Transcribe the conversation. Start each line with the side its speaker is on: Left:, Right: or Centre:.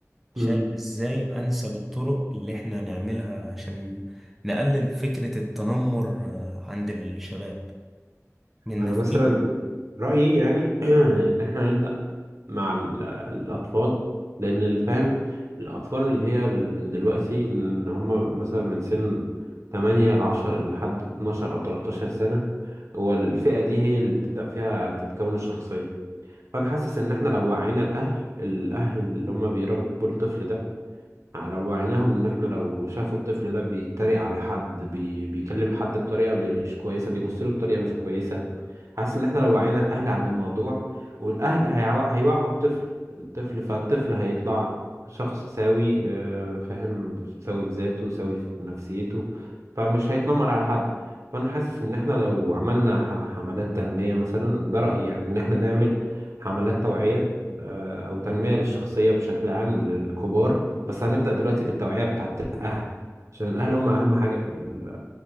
Centre: شايف
Right: مم.
Centre: ازاي انسب الطرق اللي احنا نعملها عشان نقلل فكرة التنمر آه، عند الشباب من
Right: انا
Centre: نفسهم
Right: مثلا رايي يعني <clears throat> ان احنا نبدا مع ال- الاطفال لان اللي فاهم الاطفال اللي هي ال- من دلوقتي ان هم مثلا من سن 8 ل 10 لحد 12 او 13 سنه هو الفئه دي هي اللي بتبدا فيها تتكون الشخصيه فانا حاسس ان احنا لو وعينا الاهل الاهل اللي هم بيربوا الطفل ده لو وعيناهم ان احنا لو شافوا الطفل ده بيتريق على حد بي... بيكلم حد بطريقه مش كويسه بيبص له بطريقه مش كويسه حاسس ان احنا لو وعينا الاهل عن الموضوع والاهل هيعو... هيوعوا الطفل الطفل فالطفل هيطلع شخص سوي آه، فاهم سوي في ذاته سوي في نفسيته فمش هيتنمر على حد فانا حاسس ان احنا لو عملنا ح- حملات تنمية مثلا ده رأيي يعني ان احنا نعمل حملات توعية آه، او تنمية للشخصية بشكل عام للكبار بس هنبدأ دلوقتي بالتوعية بتاعت الأهل عشان الأهل هم أهم حاجة في ال...